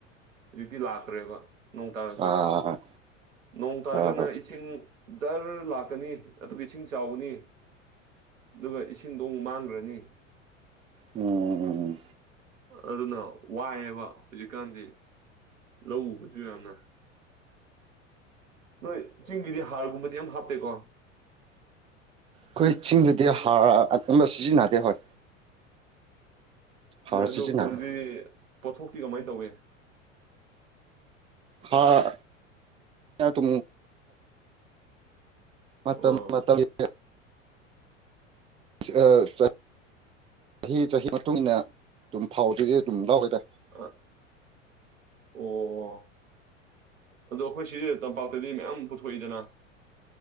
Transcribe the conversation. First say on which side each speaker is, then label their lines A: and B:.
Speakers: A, on the right; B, on the right.
A: ꯍꯧꯖꯤꯛꯇꯤ ꯂꯥꯛꯇ꯭ꯔꯦꯕ ꯅꯣꯡ ꯇꯥꯔꯁꯨ
B: ꯑꯥ
A: ꯅꯣꯡ ꯇꯥꯔꯒꯅ
B: ꯍꯣꯏ ꯍꯣꯏ
A: ꯏꯁꯤꯡ ꯖꯔ ꯂꯥꯛꯀꯅꯤ ꯑꯗꯨꯒ ꯏꯁꯤꯡ ꯆꯥꯎꯕꯅꯤ ꯑꯗꯨꯒ ꯏꯁꯤꯡꯗꯣ ꯑꯃꯨꯛ ꯃꯥꯡꯈ꯭ꯔꯅꯤ
B: ꯎꯝ
A: ꯑꯗꯨꯅ ꯋꯥꯏꯑꯕ ꯍꯧꯖꯤꯛꯀꯥꯟꯗꯤ ꯂꯧ ꯎꯕꯁꯨ ꯌꯥꯝꯅ ꯅꯣꯏ ꯆꯤꯡꯒꯤꯗꯤ ꯍꯥꯔꯒꯨꯝꯕꯗꯤ ꯌꯥꯝ ꯍꯥꯞꯇꯦꯀꯣ
B: ꯑꯩꯈꯣꯏ ꯆꯤꯡꯗꯨꯗꯤ ꯍꯥꯔ ꯑꯀꯟꯕ ꯁꯤꯖꯤꯟꯅꯗꯦ ꯍꯣꯏ ꯍꯥꯔ
A: ꯅꯣꯏ ꯑꯗꯨ
B: ꯁꯤꯖꯤꯟꯅꯗꯦ
A: ꯀꯩꯅꯣꯗꯤ ꯄꯣꯠꯊꯣꯛꯇꯤ ꯀꯃꯥꯏꯅ ꯇꯧꯏ
B: ꯍꯥꯥ ꯇꯨ ꯃꯇꯝ
A: ꯑꯥ
B: <unintelligible> ꯑ <unintelligible> ꯆꯍꯤ ꯆꯍꯤ ꯃꯇꯨꯡ ꯏꯟꯅ ꯑꯗꯨꯝ ꯐꯥꯎꯗꯗꯤ ꯑꯗꯨꯝ ꯂꯧꯋꯦꯗ
A: ꯑ ꯑꯣ ꯑꯗꯣ ꯑꯩꯈꯣꯏ ꯁꯤ ꯇꯝꯄꯥꯛꯇꯗꯤ ꯃꯌꯥꯝ ꯄꯨꯊꯣꯛꯏꯗꯅ